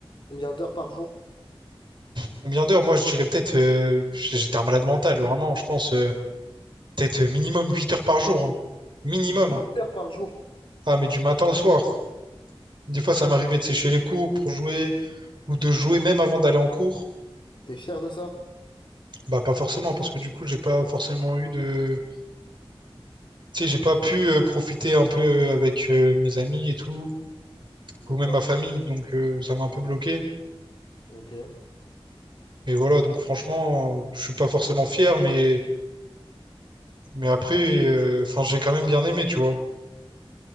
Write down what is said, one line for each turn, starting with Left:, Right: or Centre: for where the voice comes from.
Left: Combien d'heures par jour?
Right: Combien d'heures? Moi, je dirais peut-être, euh, j'étais un malade mental, vraiment, je pense, euh, peut-être minimum 8 heures par jour, hein. Minimum,
Left: 8
Right: hein.
Left: heures par jour.
Right: Ah, mais du matin au soir. Des
Left: D'accord.
Right: fois, ça m'arrivait de sécher les cours pour jouer. ou de jouer même avant d'aller en cours,
Left: T'es fier de ça?
Right: bah pas forcément, parce que du coup, j'ai pas forcément eu de. Tu sais, j'ai pas pu euh, profiter un peu euh, avec euh, mes amis et tout, ou
Left: D'accord.
Right: même ma famille, donc euh, ça m'a un peu bloqué.
Left: Ok.
Right: Et voilà, donc franchement, euh, je suis pas forcément fier, mais, mais après, euh, enfin, j'ai quand même bien aimé, tu vois.